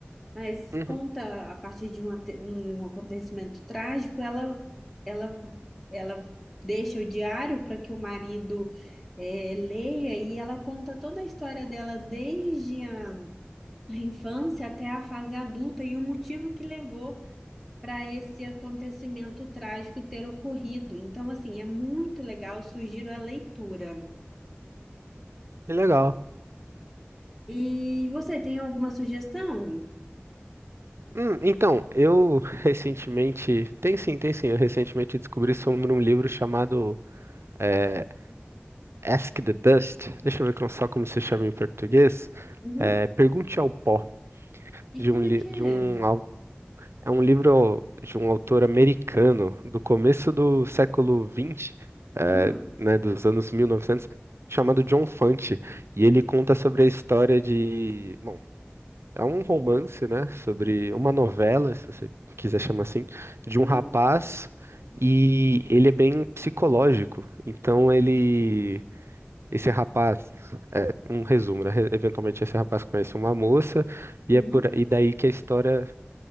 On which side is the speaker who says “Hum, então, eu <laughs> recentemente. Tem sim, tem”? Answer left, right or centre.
Right